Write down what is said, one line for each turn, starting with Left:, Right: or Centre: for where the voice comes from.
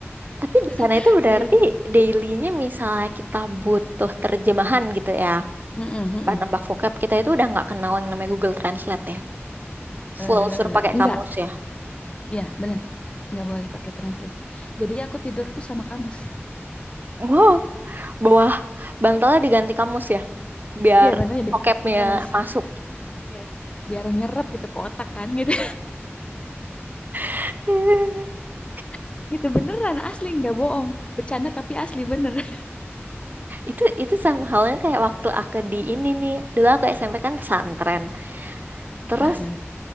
Right: Tapi di sana
Left: <laughs>
Right: itu berarti
Left: gitu
Right: dailynya misalnya kita butuh terjemahan gitu ya.
Left: Mm-mm, mm-mm.
Right: Bahan nambah vocab kita itu udah nggak kenal yang namanya Google Translate ya.
Left: Eh,
Right: Full suruh pakai
Left: enggak
Right: kamus ya.
Left: ya bener nggak boleh pakai translate jadi aku tidur tuh sama kamus
Right: Wow, bawah bantalnya diganti kamus ya.
Left: <laughs>
Right: Biar
Left: iya bener jadi
Right: vocabnya
Left: di kamus
Right: masuk.
Left: Iya. biar nyerap gitu ke otak kan gitu
Right: <laughs>
Left: <laughs> gitu beneran asli nggak bohong bercanda tapi asli bener
Right: Itu itu sama halnya kayak waktu aku di ini nih. Dulu aku SMP kan pesantren. Terus
Left: <laughs> Heeh,